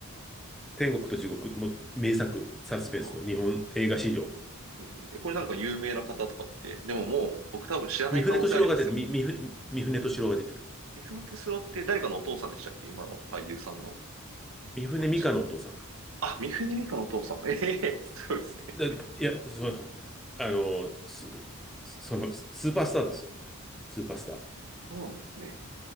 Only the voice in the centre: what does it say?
天国と地獄も名作、サスペンスの日本映画史上。
三船敏郎が出る、み、みふ、三船敏郎が出てる。
三船美佳のお父さん。
だいや、そう、あの、す、その、スーパースターですよ。スーパースタ